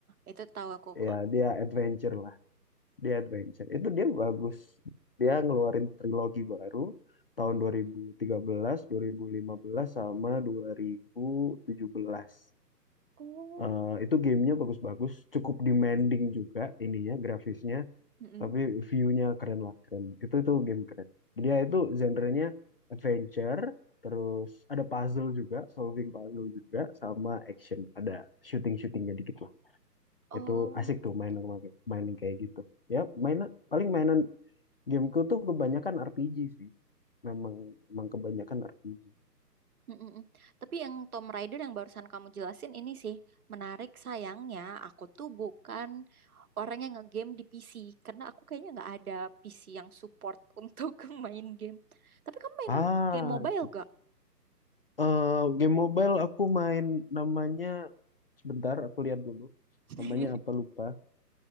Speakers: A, on the right; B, on the left.
A: itu tahu aku kok.
B: ya dia adventure lah, dia adventure. Itu dia bagus. Dia ngeluarin trilogi baru tahun dua dua ribu ribu tiga belas dua ribu lima belas sama 2017.
A: Oh,
B: Eh itu gamenya bagus-bagus, cukup demanding juga ininya grafisnya
A: mm-mm.
B: tapi view-nya keren lah keren itu itu game keren dia itu genre-nya adventure terus ada puzzle juga solving puzzle juga sama action ada shooting shootingnya dikit lah
A: Oh,
B: itu asik tuh
A: gitu.
B: main sama kayak- main kayak gitu ya mainan paling mainan gameku tuh kebanyakan RPG sih memang memang kebanyakan RPG
A: Mm-mm. Tapi yang Tom Raider yang barusan kamu jelasin ini sih menarik. Sayangnya aku tuh bukan orang yang ngegame di PC karena aku kayaknya nggak ada PC yang support <laughs> untuk main game. Tapi kamu main
B: ah
A: game mobile
B: sih
A: gak?
B: Eh game mobile aku main namanya sebentar aku lihat dulu
A: <laughs>
B: namanya apa lupa